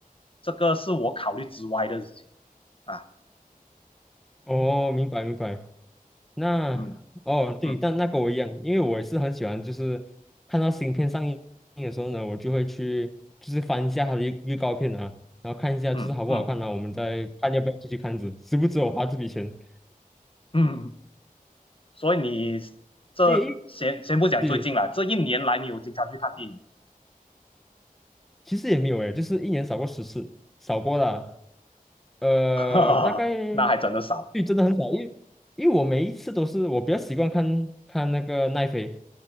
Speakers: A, on the left; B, in the centre.
A: 这个是我考虑之外的事情啊。
B: 哦，明白明白。那哦对，
A: 嗯嗯
B: 但那跟我一样，因为我也是很喜欢，就是看到新片上映的时候呢，我就会去就是翻一下它的预预告片啊，然后看一下就是好不好看啊，
A: 嗯嗯
B: 我们再看要不要出去看子，值不值我花这笔钱。
A: 嗯，嗯所以你这先先不讲最近了，
B: 对对，
A: 这一年来你有经常去看电影吗？
B: 其实也没有诶，就是一年扫过十次，扫过啦。呃，
A: <laughs> 哈哈哈，
B: 大概
A: 那还真的少
B: 对，真的很少，因为因为我每一次都是我比较习惯看看那个奈飞，